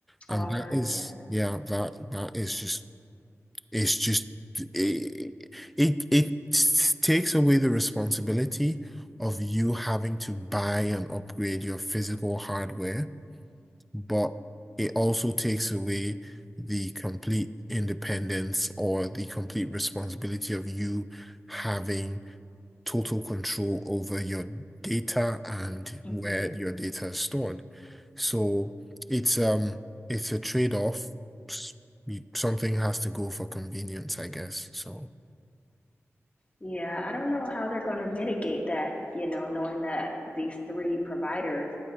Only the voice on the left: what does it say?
Oh, I've
heard,
yeah.
hmm
Yeah, I don't know how they're going to mitigate that, you know, knowing that these three providers